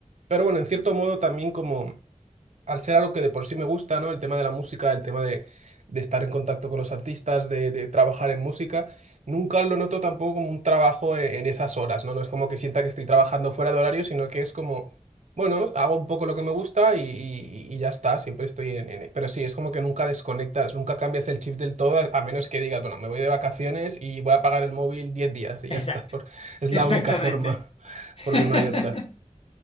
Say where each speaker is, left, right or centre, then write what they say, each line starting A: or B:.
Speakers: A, on the right (about 65°); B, on the left (about 50°).
A: pero bueno, en cierto modo también como al ser algo que de por sí me gusta, ¿no? El tema de la música, el tema de, de estar en contacto con los artistas, de, de trabajar en música, nunca lo noto tampoco como un trabajo en, en esas horas, ¿no? No es como que sienta que estoy trabajando fuera de horario, sino que es como, bueno, hago un poco lo que me gusta y, y- y ya está, siempre estoy en, en- Pero sí, es como que nunca desconectas, nunca cambias el chip del todo, a a menos que digas, bueno, me voy de vacaciones y voy a pagar el móvil 10 días y
B: exacto,
A: ya está, <laughs> por- es
B: exactamente,
A: la única forma, <laughs>
B: <laughs>
A: porque no hay otra.